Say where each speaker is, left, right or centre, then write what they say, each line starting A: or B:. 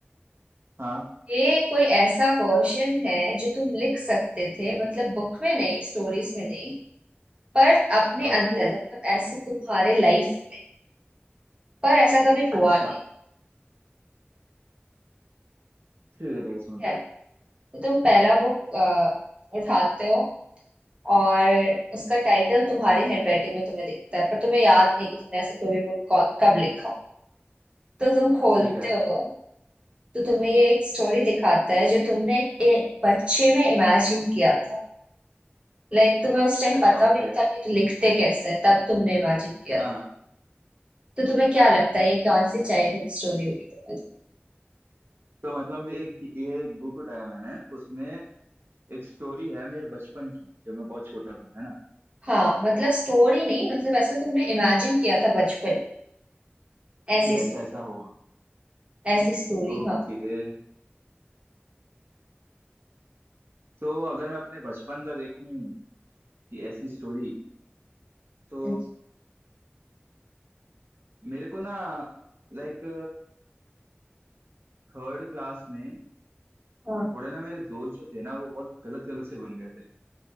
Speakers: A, on the right; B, on the right.
A: हाँ
B: ये कोई ऐसा वर्जन है जो तुम लिख सकते थे मतलब बुक में नहीं स्टोरीज में नहीं पर अपने
A: ओके
B: अंदर मतलब ऐसे तुम्हारे लाइफ में पर ऐसा कभी हुआ
A: अच्छा
B: नहीं
A: ठीक है ठीक है समझ
B: है
A: गया
B: तो तुम पहला बुक उठाते हो और उसका टाइटल तुम्हारी हैंडराइटिंग में तुम्हें दिखता है पर तुम्हें याद नहीं कि तुमने ऐसे कोई भी बुक कब लिखा तो तुम खोलते
A: ठीक है
B: हो तो तुम्हें ये एक स्टोरी दिखाता है जो तुमने एक बच्चे में इमेजिन किया था लाइक तुम्हें उस टाइम
A: अच्छा
B: पता भी
A: ओके
B: नहीं था कि तो लिखते कैसे हैं तब तुमने इमेजिन किया
A: हाँ
B: था
A: हाँ
B: तो तुम्हें क्या लगता है ये कौन सी चाइल्डहुड स्टोरी होगी तुम्हारी
A: तो मतलब एक ये एक बुक उठाया मैंने उसमें एक स्टोरी है मेरे बचपन की जब मैं बहुत छोटा था है ना
B: हाँ मतलब स्टोरी नहीं मतलब ऐसा तुमने इमेजिन किया था बचपन ऐसी
A: कि ऐसा
B: स्टोरी
A: ऐसा होगा
B: ऐसी स्टोरी
A: ओके
B: हाँ
A: तो अगर मैं अपने बचपन का देखूं कि ऐसी स्टोरी तो
B: हाँ जी,
A: मेरे को ना लाइक थर्ड क्लास में
B: हाँ।
A: थोड़े ना मेरे दोस्त जो थे ना वो बहुत गलत गलत से बन गए थे